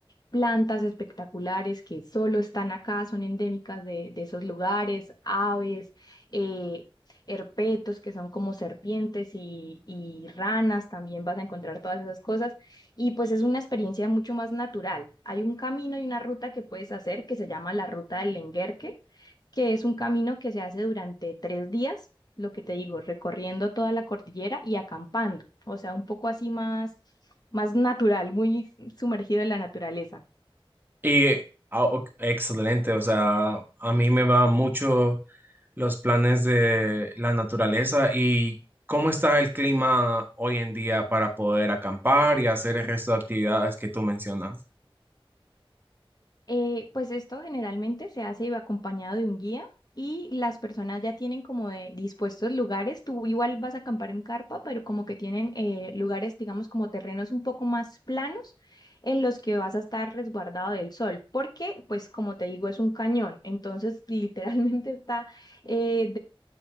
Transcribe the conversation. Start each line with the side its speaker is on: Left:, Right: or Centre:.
Left: plantas espectaculares que solo están acá, son endémicas de, de esos lugares, aves, eh, herpetos que son como serpientes y, y ranas, también vas a encontrar todas esas cosas. Y pues es una experiencia mucho más natural. Hay un camino y una ruta que puedes hacer que se llama la ruta del Lenguerque, que es un camino que se hace durante tres días, lo que te digo, recorriendo toda la cordillera y acampando, o sea, un poco así más, más natural, muy sumergido en la naturaleza.
Right: Y ah, ok, excelente, o sea, a mí me va mucho los planes de la naturaleza y cómo está el clima hoy en día para poder acampar y hacer el resto de actividades que tú mencionas.
Left: Eh, pues esto generalmente se hace acompañado de un guía y las personas ya tienen como de dispuestos lugares. Tú igual vas a acampar en carpa, pero como que tienen eh, lugares, digamos, como terrenos un poco más planos en los que vas a estar resguardado del sol, porque pues como te digo, es un cañón. Entonces, <laughs> literalmente está eh